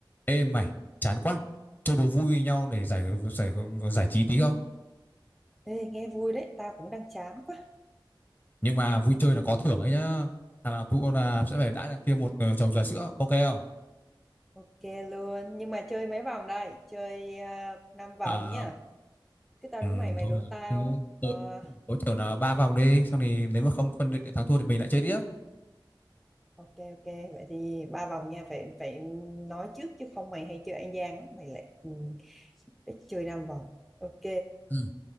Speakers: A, on the left; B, in the centre.
A: Ê mày, chán quá. Chơi đố vui với nhau để giải giải giải trí tí không?
B: Ê, nghe vui đấy, tao cũng đang chán quá.
A: Nhưng mà vui chơi là có thưởng ấy nhá. Thằng nào thua là sẽ phải đãi thằng kia một ờ, chầu trà sữa, ok không?
B: Ok luôn, nhưng mà chơi mấy vòng đây? Chơi uh, 5 vòng
A: À,
B: nhá. Cứ tao
A: ừm,
B: đố mày, mày
A: thôi
B: đố
A: được
B: tao.
A: rồi. Ừ, tối
B: Ờ,
A: tối thiểu là ba vòng đi, xong thì nếu mà không phân định để thắng thua thì mình lại chơi tiếp.
B: ok ok, vậy thì ba vòng nha, phải phải nói trước chứ không mày hay chơi ăn gian lắm, mày lại ừ, ít chơi 5 vòng. Ok,
A: Ừ.